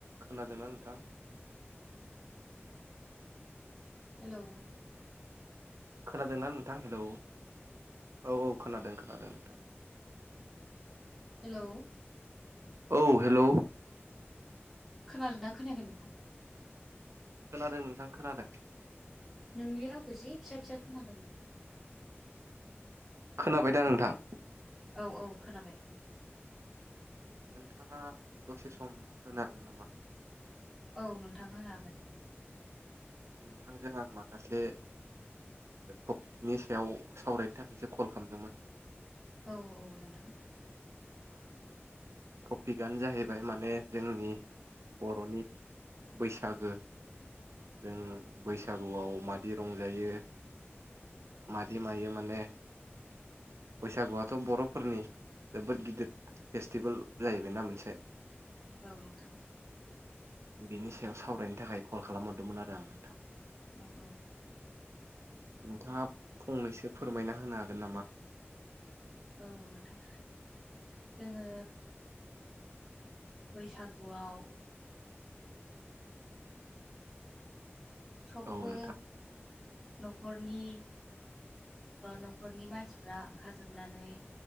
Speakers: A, on the right (about 90°); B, in the centre.
A: खोनादोंना नोंथां
B: हेल'
A: खोनादोंना नोंथां हेलौ औ औ खोनादों खोनादों नोंथां
B: हेल'
A: औ हेल'
B: खोनादोंोनना खोनायाखै नोंथां
A: खोनादों नोंथां खोनादों
B: नोंनि रावखौ जि फिसा फिसा खोनादोंमोन
A: खोनाबाय दा नोंथां
B: औ औ खोनाबाय
A: नोंथाङा दसे सम होनो हागोन नामा
B: औ नोंथां होनो हागोन
A: नोंथांजों आं माखासे टपिकनि सायाव सावरायनो थाखायसो कल खालामदोंमोन
B: औ औ नोंथां
A: औ टपिकआनो जाहैबाय माने जोंनि बर'नि बैसागो जों बैसागुआव मादि रंजायो माददि मायायो माने बैसागुआथ' बर'फोरनि जोबोद गिदिर फेस्टिभेल जाहैबायना मोनसे
B: औ नोंथां
A: बिनि सायाव सावरायनो थाखाय कल खालामहरदोंमोन आरो आं नोंथां
B: औ औ
A: नोंथाङा फंनैसो फोरमायना होनो हागोन नामा
B: औ नोंथां जोङो बैसागुआव सबबो
A: औ नोंथां
B: न'खरनि न'खरनि मानसिफ्रा ओंखार जोबनानै